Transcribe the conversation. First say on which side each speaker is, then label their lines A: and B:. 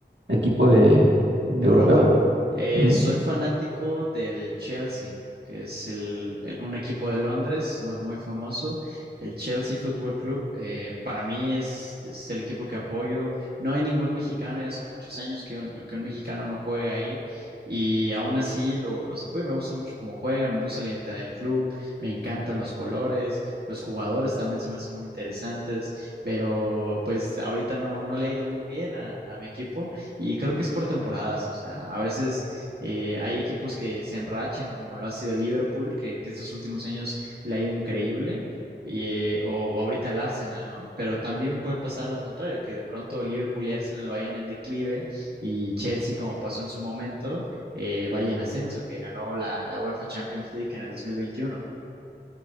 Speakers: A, on the right; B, on the right.
A: equipo de, de
B: De
A: europeo?
B: Europa, eh,
A: Ujú.
B: soy fanático del Chelsea, que es el- el- un equipo de Londres mu- muy famoso. El Chelsea Football Club, eh, para mí es, es el equipo que apoyo. No hay ningún mexicano, ya hace muchos años que un, que un mexicano no juega ahí y aún así lo- los apoyo. Me gusta mucho cómo juegan, me gusta la identidad del club, me encantan los colores, los jugadores también se me hacen muy interesantes, pero pues ahorita no, no le ha ido muy bien a a mi equipo. Y creo que es por temporadas, o sea, a veces eh, hay equipos que se enrachan, como lo ha sido el Liverpool, que, que estos últimos años le ha ido increíble, y, eh, o ahorita el Arsenal, ¿no? Pero también puede pasar lo contrario, que de pronto el Liverpool y Arsenal vayan en declive y Chelsea, como pasó en su momento, eh, vaya en ascenso, que ganó la, la UEFA Champions League en el 2021.